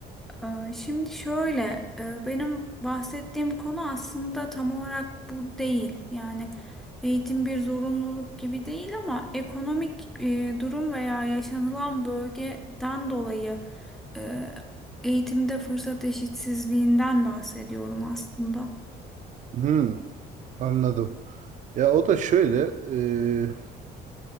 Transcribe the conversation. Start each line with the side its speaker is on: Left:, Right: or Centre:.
Centre: Ee, Şimdi şöyle, e, benim bahsettiğim konu aslında tam olarak bu değil. Yani eğitim bir zorunluluk gibi değil ama ekonomik e, durum veya yaşanılan bölgeden dolayı e, eğitimde fırsat eşitsizliğinden bahsediyorum aslında.
Right: Hmm, anladım. Ya o da şöyle, e,